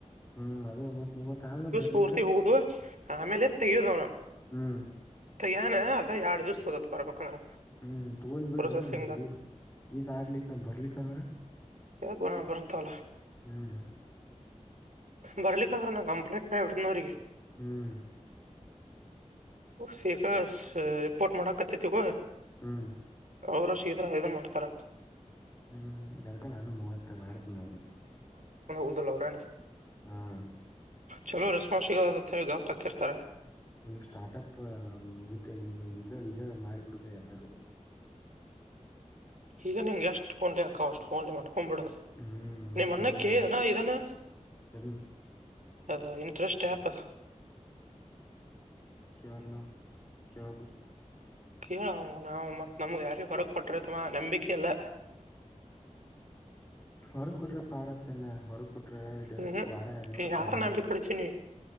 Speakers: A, on the left; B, on the right.
A: ಹ್ಮ್ ಅದೇ ಮವತ್ ಮೂವತ್ ಹಲ್ನ ಬರ್ಲಿಕ್ಕ
B: ಪೂರ್ತಿ ಹೋಗುದು ಆಮೇಲೆ ತೆಗೆನು
A: ಹ್ಮ್
B: ಕೈಯಾನ ಅದ ಎರಡ್ ಜ್ಯೂಸ್ ತೋದತತ್ ಬರ್ಬೇಕಂದ್ರ
A: ಹ್ಮ್ ತಗೋಲ್ಬಿಡ
B: ಪ್ರೊಸೆಸಿಂಗ್
A: ಈ ಈ ಆಗ್ಲಿಕ್ಕ ಬರ್ಲಿಕ್ಕಂದ್ರ
B: ಯ ಬರತ ಅವಲ್ಲ
A: ಹ್ಮ್
B: ಬರ್ಲಿಕ್ಕಂದ್ರ ನಾ ಕಂಪ್ಲೇಟ್ ಮಾಡ ಇಡ್ತನ ಅವಿಗೆ
A: ಹ್ಮ್
B: ಸೇಗ ರಿಪೋರ್ಟ್ ಮಾಡಕತ್ತೇತಿಗ
A: ಹ್ಮ್
B: ಅವ್ರ ಶೀದ ಇದ ಮಾಡ್ತಾರ
A: ಹ್ಮ್ ಅದಕ್ಕೆ ನಾನು ಮೂವತ್ತು ಮಾಡಡತನ
B: ಉದಲಲ್ಲ ಅವರ
A: ಹ್ಮ್
B: ಚಲೋ ರೆಸ್ಪಾನ್ಸ್ ಸಿಗದ ಗಾಪ್ ಹಾಕಿರ್ತಾರೆ
A: ಈ ಸ್ಟಾರ್ಟಪ್ ವಿತ್ ಈಗ ಈಗ ಈಗ ಮಾಡಿಕಡ್ಬೇಕ ಎಲ್ಲಾರು
B: ಈಗ ನಿಂಗೆ ಎಷ್ಟು ಫೋನ್ಲಿಕ್ಕ ಅಷ್ಟು ಫೋನ್ ಮಾಡ ಕೊಬಿಡದು
A: ಹ್ಮ್ ಮತ್
B: ನಿಮ್ಮ್ ಅನ್ನ
A: ಒಂದು
B: ಕೇಳನಾ ಇದನಾ
A: ಎದನ್
B: ಹ ಇಂಟ್ರೆಸ್ಟ್ ಆಪ್
A: ಕ್ಯಾ ನಾ ಕ್ಯಾ
B: ಕೇಳ ನಾವು ಮತ್ ನಮ್ಗೆ ಯಾರಿ ಹೊರಕ್ ಕೊಟ್ರತಮ್ಮ ನಂಬಿಕೆಯಲ್ಲ <inaudible>
A: ಹೊರ ಕೊಟ್ರೆ ಪಾಡತನ ಹೊರ ಕೊಟ್ರೆ
B: ಹ್ಮ್
A: ವಾರ ಎರಡ್ನೂರ್
B: ಯಾರ
A: ಎರಡ್ನೂರ್
B: ನಂಬಿಕೆ ಕೊಡ್ತೀನಿ